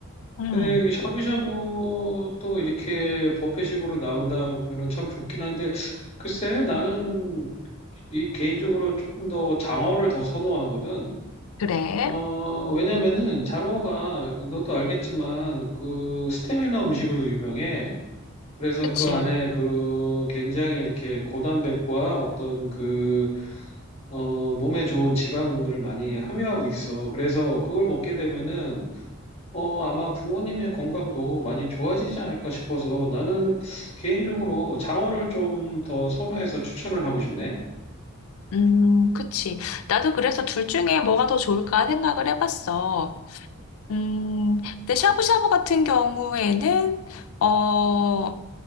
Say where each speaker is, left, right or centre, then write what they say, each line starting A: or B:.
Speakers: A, on the left; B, on the left.
A: 응,
B: 근데 이게 샤브샤브도 이렇게 버페식으로 나온다면은 참 좋긴 한데, 글쎄, 나는 이 개인적으로 조금 더 장어를 더 선호하거든.
A: 그래.
B: 어, 왜냐면은 장어가 너도 알겠지만 그 스테미나 음식으로 유명해. 그래서
A: 그치.
B: 그 안에 그 굉장히 이렇게 고단백과 어떤 그, 어, 몸에 좋은 지방을 많이 함유하고 있어. 그래서 그걸 먹게 되면은, 어, 아마 부모님의 건강도 많이 좋아지지 않을까 싶어서 나는 개인적으로 장어를 좀 더 선호해서 추천을 하고 싶네.
A: 음, 그치. 나도 그래서 둘 중에 뭐가 더 좋을까 생각을 해봤어. 음, 근데 샤브샤브 같은 경우에는, 어,